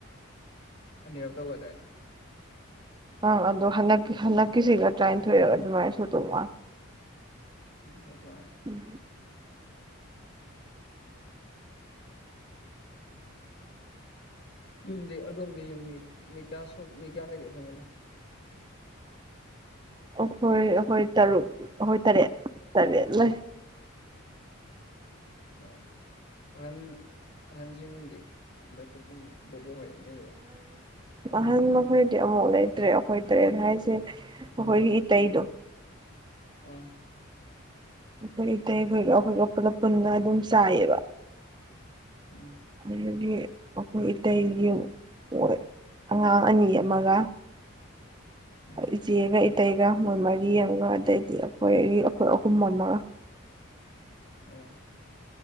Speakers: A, on the left; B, on the right.
A: ꯑꯅꯤ ꯔꯛ ꯇꯧꯒꯔ ꯗꯥꯏꯅꯦ
B: ꯑ ꯑꯗꯨꯗꯣ ꯍꯟꯗꯛꯀꯤ ꯍꯟꯛꯀꯤꯁꯤꯒ ꯇ꯭ꯔꯥꯏꯅꯤꯟꯊꯣꯏꯔꯒ ꯑꯗꯨꯃꯥꯏꯅ ꯗ ꯋꯥ
A: ꯍꯣꯏ ꯑꯗꯨꯃꯥꯏꯅ
B: ꯎꯝ
A: ꯌꯨꯝꯗꯤ ꯑꯗꯣꯝꯗꯤ ꯌꯨꯝ ꯃꯤ ꯃꯤ ꯀꯌꯥꯝ ꯃꯤ ꯀꯌꯥ ꯂꯩꯒꯦ ꯐꯦꯃꯤꯂꯤ
B: ꯑꯩꯈꯣꯏ ꯑꯩꯈꯣꯏ ꯇꯔꯨꯛ ꯑꯩꯈꯣꯏ ꯇꯔꯦꯠ ꯇꯔꯦꯠ ꯂꯩ
A: ꯑꯣ ꯑꯍꯟ ꯑꯍꯟꯁꯤꯡꯗꯤ ꯅꯣꯏ ꯄꯨꯄꯨ ꯕꯨꯕꯣꯛ ꯅ ꯂꯩꯕꯔꯣ
B: ꯑꯍꯜ ꯃꯈꯣꯏꯗꯤ ꯑꯃꯕꯣꯛ ꯂꯩꯇ꯭ꯔꯦ ꯑꯩꯈꯣꯏ ꯇꯔꯦꯠ ꯍꯥꯏꯁꯦ ꯑꯩꯈꯣꯏꯒꯤ ꯏꯇꯩꯗꯣ
A: ꯑꯥ
B: ꯑꯩꯈꯣꯏ ꯏꯇꯩꯈꯣꯏꯒ ꯑꯩꯈꯣꯏꯒ ꯄꯨꯂꯞ ꯄꯨꯟꯅ ꯑꯗꯨꯝ ꯆꯥꯏꯌꯦꯕ
A: ꯑꯥ
B: ꯑꯗꯒꯤ ꯃꯣꯏ ꯏꯇꯩꯒꯤ ꯃꯣꯏ ꯑꯉꯥꯡ ꯑꯅꯤ ꯑꯃꯒ
A: ꯑꯥ
B: ꯏꯆꯦ ꯒꯥ ꯏꯇꯩ ꯒꯥ ꯃꯣꯏ ꯃꯔꯤ ꯑꯃ ꯑꯗꯩꯗꯤ ꯑꯩꯈꯣꯏ ꯑꯩꯈꯣꯏ ꯑꯍꯨꯝ ꯑꯃꯒ
A: ꯑꯣ